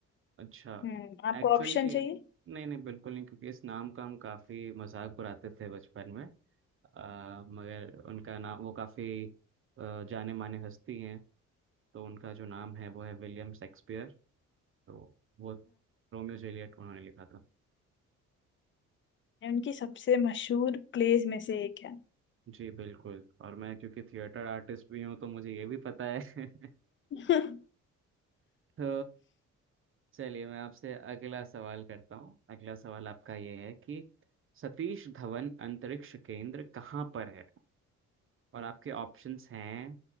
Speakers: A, on the right; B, on the left.
A: अच्छा
B: हम्म आपको
A: एक्चुअली
B: ऑप्शन चाहिए
A: नहीं नहीं बिल्कुल नहीं क्योंकि इस नाम का हम काफी मजाक उड़ाते थे बचपन में अ, मगर उनका नाम वो काफी अ, जाने माने हस्ती हैं तो उनका जो नाम है वो है विलियम शेक्सपियर तो वो रोमियो जूलियट उन्होंने लिखा था
B: ये उनकी सबसे मशहूर प्लेस में से एक है
A: जी बिल्कुल और मैं क्योंकि थिएटर आर्टिस्ट भी हूँ तो मुझे ये भी पता है <laughs>
B: <laughs>
A: तो चलिए मैं आपसे अगला सवाल करता हूँ अगला सवाल आपका ये है कि सतीश धवन अंतरिक्ष केंद्र कहाँ पर है और आपके ऑप्शंस हैं